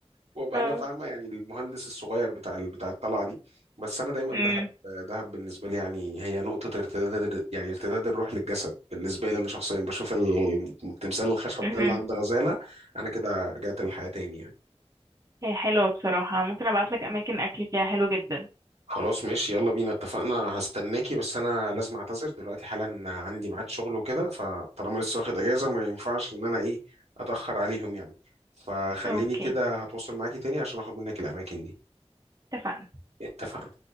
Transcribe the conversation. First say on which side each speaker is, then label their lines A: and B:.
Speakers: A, on the right (about 80°); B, on the right (about 30°).
A: وابقى
B: اه
A: انا فاهمه يعني المهندس الصغير بتاع ال- بتاع الطلعه دي بس انا دايما
B: مم.
A: دهب دهب بالنسبه لي يعني هي نقطه ارتداد يعني ارتداد الروح للجسد بالنسبه لي انا شخصيا بشوف ال- التمثال الخشب
B: مهم.
A: ده اللي عند غزاله انا كده رجعت للحياه تاني يعني
B: هي حلوة بصراحة ممكن أبعتلك أماكن أكل فيها حلو جدا
A: خلاص ماشي يلا بينا اتفقنا هستناكي بس انا لازم اعتذر دلوقتي حالا عندي ميعاد شغل وكده فطالما لسه واخد اجازة ما ينفعش ان انا ايه اتأخر عليهم يعني فخليني
B: أوكي
A: كده هتواصل معاكي تاني عشان اخد منك الاماكن دي
B: اتفقنا
A: اتفقنا